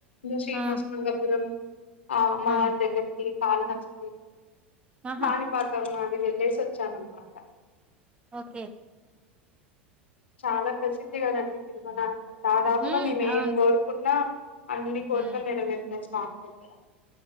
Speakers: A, on the left; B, on the right.
A: శ్రీనివాస్
B: ఆ!
A: మంగపురం మమ
B: ఆ!
A: అ దగర్కి కాాల అస్
B: ఆహా!
A: కాణిపాకమ్మ అవి వెళ్ళేసి వచ్చాం అనమాట
B: ఓకే
A: చాలా ప్రసిద్ధి కదండి తిరుమల అ దాదాపుగా
B: హ్మ్.
A: మేము ఏం
B: అవును.
A: కోరుకున్నా అన్ని కోరుకలు
B: హ్మ్.
A: నెరవేరుతాం స్వామి దగ్గర